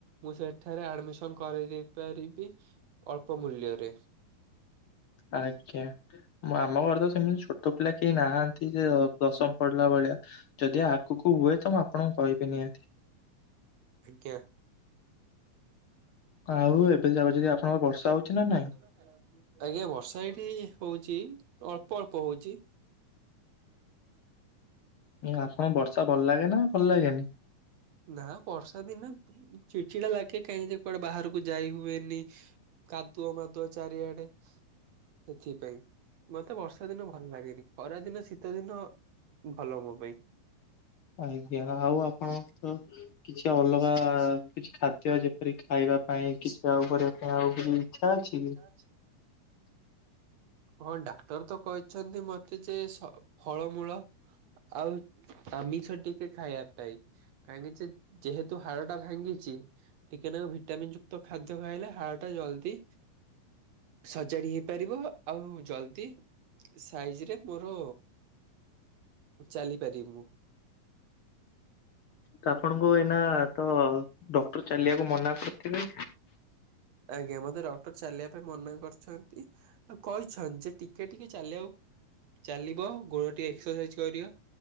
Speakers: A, on the right; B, on the left.
A: ମୁଁ ସେଠାରେ ଆଡମିସନ କରେଇ ଦେଇ ପାରିବି ଅଳ୍ପ ମୂଲ୍ୟରେ।
B: ଆଜ୍ଞା ମ ଆମ ଘର ତ ସେମିତି ଛୋଟ ପିଲା କେହି ନାହାନ୍ତି ଯେ ଦଶମ ପଢିଲା ଭଳିଆ ଯଦି ଆଗକୁ ହୁଏତ ଆ ଆପଣଙ୍କୁ କହିବି ନିହାତି।
A: ଆଜ୍ଞା।
B: ଆଉ ଏବେ ଯ ଯଦି ଆପଣଙ୍କ ବର୍ଷା ହଉଚି ନା ନାଇଁ।
A: କୁ ଆଜ୍ଞା ବର୍ଷା ଏଠି ହଉଚି ଅଳ୍ପ ଅଳ୍ପ ହଉଚି।
B: ଆପଣଙ୍କୁ ବର୍ଷା ଭଲ ଲାଗେ ନା ଭଲ ଲାଗେନି।
A: ନା ବର୍ଷା ଦିନେ ଚିଡ଼ଚିଡା ଲାଗେ କାହିଁକି ଯେ କୁଆଡେ ବାହାରକୁ ଯାଇ ହୁଏନି। କାଦୁଅ ମାଦୁଅ ଚାରିଆଡେ। ସେଥିପାଇଁ ମତେ ବର୍ଷା ଦିନ ଭଲ ଲାଗେନି ଖରାଦିନ ଶୀତ ଦିନ ଭଲ ମୋ ପାଇଁ।
B: ଆଜ୍ଞା ଆଉ ଆପଣଙ୍କର କିଛି ଅଲଗା କିଛି ଖାଦ୍ୟ ଯେପରି ଖାଇବା ପାଇଁ କିଛି ଆଉ କରିବା ପାଇଁ ଆଉ କିଛି ଇଚ୍ଛା ଅଛି।
A: ଇଛା
B: କି?
A: ଅଛି। ହଁ ଡାକ୍ତର ତ କହିଛନ୍ତି ମତେ ଯେ ସ ଫଳମୂଳ ଆଉ ଆମିଷ ଟିକେ ଖାଇବା ପାଇଁ। କାହିଁକି ଯେ ଯେହେତୁ ହାଡ ଟା ଭାଙ୍ଗିଚି। ଟିକେ ନାକୁ ଭିଟାମିନ୍ ଯୁକ୍ତ ଖାଦ୍ୟ ଖାଇଲେ ହାଡ଼ ଟା ଜଲଦି ସଜାଡି ହେଇପାରିବ ଆଉ ଜଲଦି ସାଇଜି ରେ ମୋର ଚାଲିପାରିବି ମୁଁ।
B: ତ ଆପଣଙ୍କୁ ଏଇନା ତ ଡକ୍ଟର ଚାଲିବାକୁ ମନା କରିଥିବେ।
A: ଆଜ୍ଞା ମତେ ଡକ୍ଟର ଚାଲିବା ପାଇଁ ମନା କରିଛଚନ୍ କହିଛନ୍ ଯେ ଟିକେ ଟିକେ ଚାଲିବାକୁ ଚାଲିବ ଗୋଡ଼ ଟିକେ ଏକ୍ସସାଇଜ କରିବ